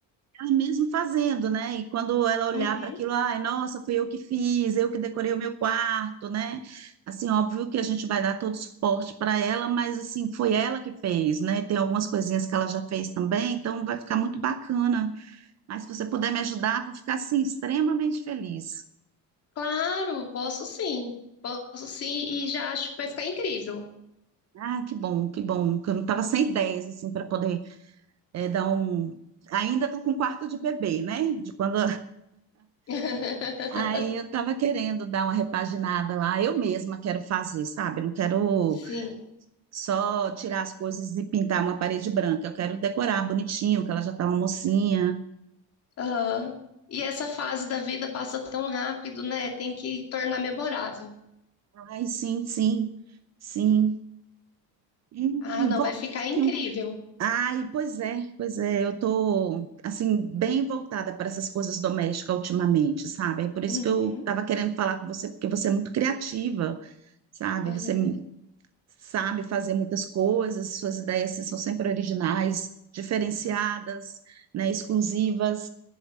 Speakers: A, on the right (about 40°); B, on the left (about 35°).
A: ela mesmo fazendo, né? E quando ela olhar
B: Uhum.
A: para aquilo, ai, nossa, fui eu que fiz, eu que decorei o meu quarto, né? Assim, óbvio que a gente vai dar todo o suporte para ela, mas assim, foi ela que fez, né? Tem algumas coisinhas que ela já fez também, então vai ficar muito bacana. Mas se você puder me ajudar, vou ficar assim extremamente feliz.
B: Claro, posso sim. Posso sim, e já acho que vai ficar incrível.
A: Ah, que bom, que bom, que eu não estava sem ideias assim para poder eh, dar um Ainda estou com quarto de bebê, né? De quando
B: <laughs>
A: Aí eu tava querendo dar uma repaginada lá, eu mesma quero fazer, sabe? Não quero
B: Sim.
A: só tirar as coisas e pintar uma parede branca, eu quero decorar bonitinho, que ela já tá uma mocinha.
B: aham. E essa fase da vida passa tão rápido, né? Tem que tornar memorável.
A: Ai, sim, sim, sim. Hum,
B: Ah, não,
A: volta
B: vai ficar incrível.
A: aqui um. Ai, pois é, pois é, eu tô, assim, bem voltada para essas coisas domésticas ultimamente, sabe? É por isso
B: Uhum.
A: que eu tava querendo falar com você, porque você é muito criativa, sabe?
B: aham,
A: Você sabe fazer muitas coisas, suas ideias assim, são sempre originais, diferenciadas, né, exclusivas.